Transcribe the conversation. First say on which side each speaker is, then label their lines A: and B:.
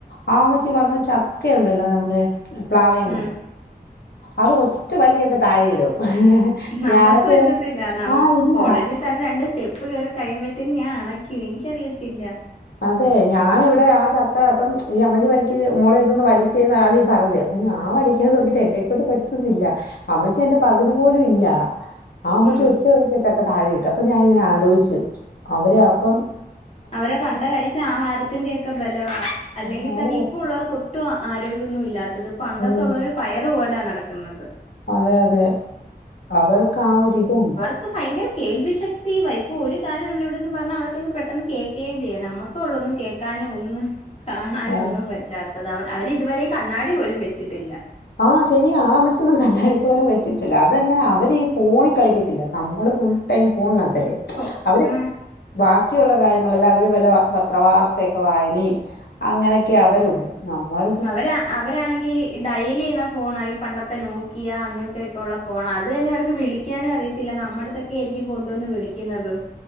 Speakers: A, on the left; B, on the left.
A: ആ അമ്മച്ചി വന്ന് ചക്കയുണ്ടല്ലോ നമ്മുടെ പ്ലാവേന്ന്
B: ഉം
A: അത് ഒറ്റ വലിയ്ക്കൊക്കെ താഴെയിടും.
B: നമ്മക്ക്
A: ഞാനൊക്കെ
B: പറ്റത്തില്ല
A: ഇവിടെ
B: നമ്മ്
A: ആഹ് ഇല്ല
B: കോളേജി തന്നെ രണ്ട് സ്റ്റെ പ്പ് കേറി കഴിയുമ്പഴത്തേനും ഞാൻ അണയ്ക്കും എനിയ്ക്കറിയത്തില്ല.
A: അതെ ഞാനിവിടെ ആ ചക്ക അപ്പം ഈ അമ്മച്ചി വലിക്ക്ത് മോളെ ഇതൊന്ന് വലിച്ചേന്ന് ആദ്യം പറഞ്ഞ് അപ്പം ഞാ വലി ക്കാൻ നോക്കിട്ട് എൻ്റെകൊണ്ട് പറ്റുന്നില്ല അമ്മച്ചി എന്റെ പകുതി പോലും ഇല്ല. ആ ആമ്മച്ചി
B: ഉം
A: ഒറ്റ വലിക്കാ ചക്ക താഴെ ഇട്ട് അപ്പൊ ഞാ ഇങ്ങനെ ആലോചിച്ച് അവര് അപ്പം
B: അവരാ പണ്ട് കഴിച്ച ആഹാരത്തിന്റെ ഒക്കെ ബലവാ, അല്ലെങ്കിതന്നെ
A: ആ അതെ
B: ഇപ്പൊ ഉള്ളവർക്കൊട്ടും ആരോഗ്യൊന്നും ഇല്ലാത്തത് പണ്ടത്തുള്ളവര്
A: ഉം
B: പയറ് പോലാ നടക്കുന്നത്.
A: അതെ, അതെ അവർക്ക് ആ ഒരിതും
B: ക്ക് ഫയങ്കര കേൾവി ശക്തി വയ് ഇപ്പൊ ഒരു കാരം നമ്മളിവിടുന്ന് പർഞ്ഞാ അവർക്കങ്ങ് പെ ട്ടന്ന് കേക്കുകയും ചെയ്യാം, നമ്മക്കോള്ളു ഒന്നും കേക്കാനും ഒന്നും കാണാനും
A: ആ
B: ഒന്നും പ റ്റാത്തത്, അവ അവര് ഇതുവരെയും കണ്ണാടി പോലും വെച്ചിട്ടില്ല.
A: ആഹ് ശരിയാ ആ അമ്മച്ചൊന്നും കല്ലാടി പോലും വെച്ചിട്ടില്ല. അതെങ്ങനെ അവര് ഈ ഫോണിൽ കളിക്കത്തില്ല നമ്മള് ഫുൾ ടൈം ഫോൺനാത്തല്ലേ
B: സോ
A: അവര്
B: ആഹ്
A: ബാക്കിയുള്ള കാര്യങ്ങളെല്ലാം അവര് വല്ല പത്ര വർത്തയൊക്കെ വായനീം അങ്ങനെയൊക്കെ അവര് ഉള്ള് നമ്മൾ
B: അവരാ അവരാണെങ്കീ ഡയലി ചെയ്യുന്ന ഫോണാ ഈ പണ്ടത്തെ നോക്കിയ അങ്ങനത്തെയൊക്കെ ഒള്ള ഫോണാ അ തെന്നെ അവർക്ക് വിളിക്കാനും അറിയത്തില്ല നമ്മടത്തൊക്കെ ആയിരിക്കും കൊണ്ടുവന്ന് വിളിയ്ക്കുന്നതും